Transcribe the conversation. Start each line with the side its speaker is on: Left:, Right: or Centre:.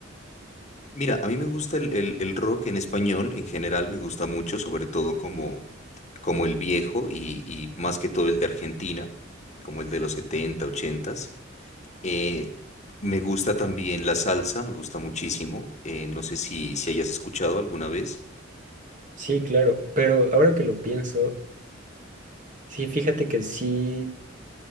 Left: Mira, a mí me gusta el, el- el rock en español, en general me gusta mucho, sobre todo como, como el viejo y, y más que todo el de Argentina, como el de los setenta 80. Eh, me gusta también la salsa, me gusta muchísimo. eh, no sé si, si hayas escuchado alguna vez.
Right: Sí, claro, pero ahora que lo pienso, sí, fíjate que sí